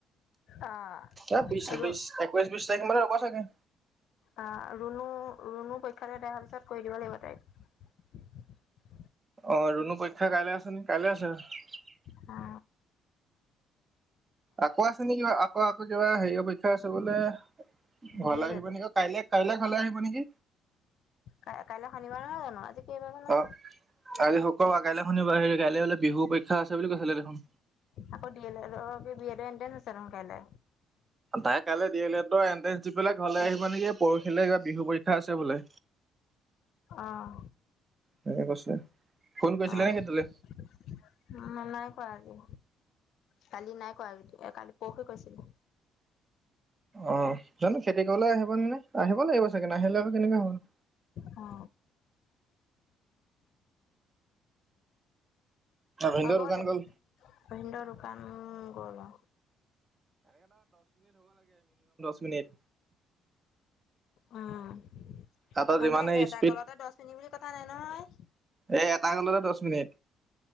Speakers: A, on the left; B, on the right.
A: অ'
B: এ বিশ-
A: ৰু
B: বিশ একৈশ বিশ তাৰিখ মানে ৰব চাগে।
A: আ ৰুণু ৰুণু পৰিক্ষাতে দেহাৰ পিছত কৰি দিব লাগিব তাই।
B: অ ৰুণু পৰীক্ষা কাইলৈ আছে নেকি? কাইলৈ আছে?
A: হা।
B: আকৌ আছে নে কিবা আকৌ আকৌ কিবা হেৰি অপেক্ষা আছে বোলে? ঘাল
A: দিয়ে
B: আহিব
A: লৈ যাব।
B: নেকি অ কাইলে কাইলে ঘালে আহিব নেকি?
A: কা -কাইলৈ শনিবাৰ নহয় জানো আজি কেই বাৰ জানো।
B: অ, আজি শুক্ৰবাৰ, কাইলৈ শনিবাৰ হেৰি কাইলৈ বোলে বিহু পৰীক্ষা আছে বুলি কৈছিলে দেখোন।
A: আকৌ ডি এ এড এণ্ট আছে কাইলে
B: তাই কাইলৈ ডি এল এ তৰ এন্ট্ৰেন্ঞ্চ দি পেলাই ঘৰলে আহিবা নেকি পৰহিলৈ কিব বিহু পৰীক্ষা আছে। বোলে
A: আহ
B: এনেকে কৈছে ফোন কৰিছিলে
A: অ
B: নেকি তোলে?
A: নাই কৱা একো কালি নাই কোৱা, কালি পৰখি কৈছিলো।
B: অ, জানো খেতি কৰিবলে আহিব ন নে আহিব লাগিব চাগে ন আহিলে আকৌ কেনেকা হ'ব?
A: অ।
B: ভিনদেউ
A: হ'ব
B: দোকান
A: দে
B: গ'ল
A: ভিন্দৰ দোকান গ'ল।
B: শুনেত
A: উম,
B: তাহাঁতৰ
A: মানে
B: যিমানে
A: এটা
B: স্পীড
A: কলতে দশ মিনিট বুলি কথা নাই নহয়।
B: এ এটা হলে দশ মিনিট।